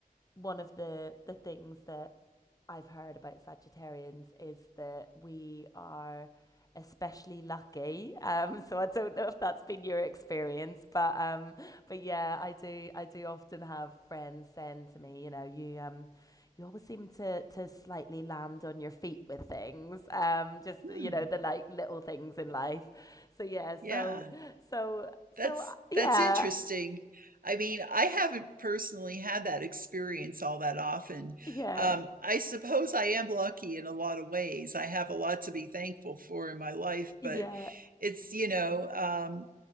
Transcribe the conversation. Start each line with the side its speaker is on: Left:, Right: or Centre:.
Left: one of the the things that I've heard about Sagittarians is that we are especially lucky. Um, <laughs> so I don't know if that's been your experience, but um, but yeah, I do I do often have friends send to me, you know, you um, you always seem to to slightly land on your feet with things, um, just
Right: Hmm.
Left: you know the like little things in life. So yeah, so
Right: Yeah.
Left: so so
Right: That's
Left: yeah,
Right: that's interesting. I mean, I haven't personally had that experience all that often.
Left: yeah,
Right: Um, I suppose I am lucky in a lot of ways. I have a lot to be thankful for in my life,
Left: yeah,
Right: but it's, you know, um,